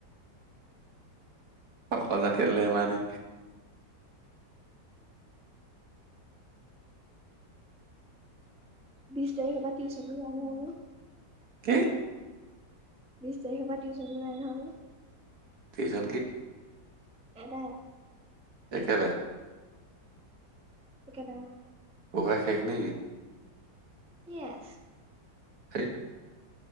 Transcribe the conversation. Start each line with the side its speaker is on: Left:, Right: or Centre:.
Right: সকল নাতিলে মা দি।
Centre: বিছ তাৰিখৰ পৰা টউচন যান হব।
Right: কি?
Centre: বিশ তাৰিখৰ পৰা টিউচনো নাই নহয় বোলো।
Right: টিউচন কি?
Centre: এটা।
Right: একেবাৰে।
Centre: একেবাৰেই।
Right: পঢ়া শেষ নেকি?
Centre: ইয়েছ।
Right: <unintelligible>